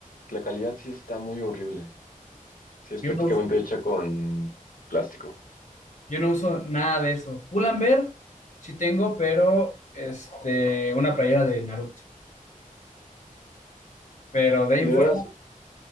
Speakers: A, on the left (about 80°); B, on the left (about 60°).
A: la calidad sí está muy horrible. Sí, es
B: Yo
A: prácticamente
B: no
A: hecha con plástico.
B: Yo no uso nada de eso. Pull&Bear sí tengo, pero este, una playera de Naruto. Pero de ahí
A: De
B: en fuera.
A: veras,